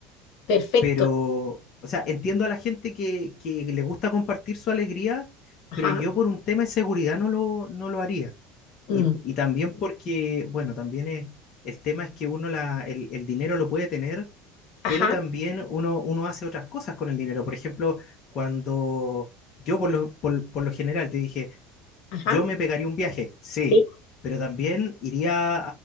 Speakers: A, on the left (about 60°); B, on the left (about 35°).
A: Perfecto.
B: pero, o sea, entiendo a la gente que, que le gusta compartir su alegría,
A: Ajá.
B: pero yo por un tema de seguridad no lo, no lo haría.
A: mm,
B: Y, y también porque, bueno, también es, el tema es que uno la, el, el dinero lo puede tener,
A: Ajá.
B: pero también uno, uno hace otras cosas con el dinero. Por ejemplo, cuando yo por lo, por, por lo general te dije,
A: Ajá.
B: yo me pegaría un viaje, sí,
A: Sí,
B: pero también iría